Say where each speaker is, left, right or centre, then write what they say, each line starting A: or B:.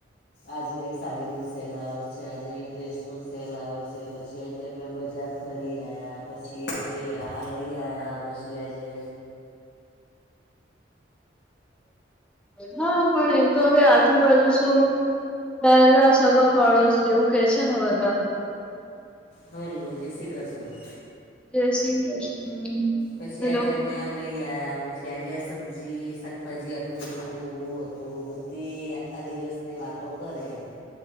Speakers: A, on the left; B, in the centre.
A: આજે અહી સાડી નો સેલ આવ્યો છે આજે અહી ડ્રેસ નો સેલ આવ્યો છે પછી <unintelligible> આજે અમે બજાર ફરી આયા પછી આજે આ લઈ આયા પછી આજે
B: હા પણ તો હવે આજુબાજુ શું પહેલા સગવા પાડોશી એવું કે છે ને બધા.
A: હાલો, જય શ્રી કૃષ્ણ.
B: જય શ્રી કૃષ્ણ.
A: પછી
B: હેલો
A: આજેમ અમે આ લઈ આવ્યા પછી આજે આ સબ્જી શાકભાજી આટલું બધું મોંઘું હતું. થી આખા દિવસની વાતો કરે એમ